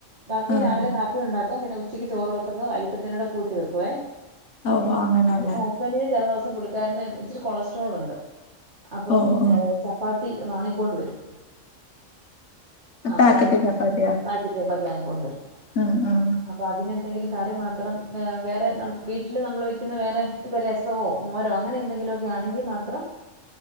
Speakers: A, on the right; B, on the left.
A: ബാക്കി
B: ആഹ്
A: രാവിലെ കാപ്പി കുടിച് ണ്ടാകും പിന്നെ ഉച്ചക്ക് ചോർ വെക്കുന്നു വൈകീട്ടത്തേക് കൂട്ടി വെക്കുവെ
B: ആഹ് ഓഹ് അങ്ങനെയല്ലേ
A: അത് കാപ്പി ണോ ചെലതിസം പ്പം പുള്ളിക്കാരന് ഇച്ചിരി കൊളസ്‌ട്രോൾ ഉണ്ട് അപ്പം
B: ഓഹ് ഓഹ്
A: ചപ്പാത്തി വാങ്ങി കൊണ്ട് വരും അ
B: പാക്കറ്റ്
A: പ്പത് അങ്ങിനെ
B: ചപ്പാത്തിയാ
A: വാങ്ങി കൊണ്ടുരും
B: ആഹ് ആഹ്
A: അപ്പം അതിനെന്തെകിലും കറി മാത്രം വേറെ വീട്ടില് നമ്മൾ വെക്കുന്ന രസവോ മോരോ അങ്ങനെഎന്തെങ്കിലൊക്കെ ആണെങ്കിൽ മാത്രം